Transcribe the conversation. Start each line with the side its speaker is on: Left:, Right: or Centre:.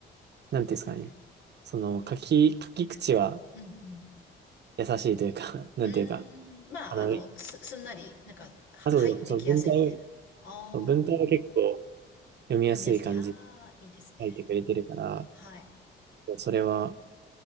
Right: なんていうんですかね。その、書き、書き口は
Left: うん、うん。
Right: 優しいというか、<laughs> なんていうか、
Left: うーん。まあ、
Right: あの、
Left: あの、す、すんなり、なんか、は、
Right: あ、
Left: 入ってきやすいみたいな。
Right: そうそう、その文体
Left: あ
Right: を、文体は結構
Left: あ、
Right: 読みやすい感じで
Left: 読みやすい。ああ、いいですね。
Right: 書いてくれてるから、
Left: はい。
Right: それは